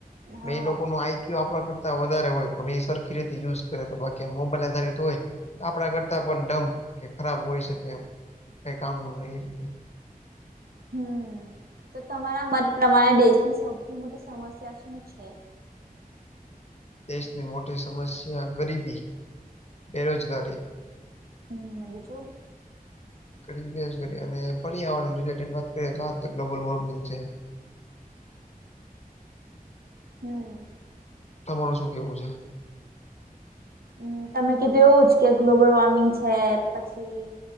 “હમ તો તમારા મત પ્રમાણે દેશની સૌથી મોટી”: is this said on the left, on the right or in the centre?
Right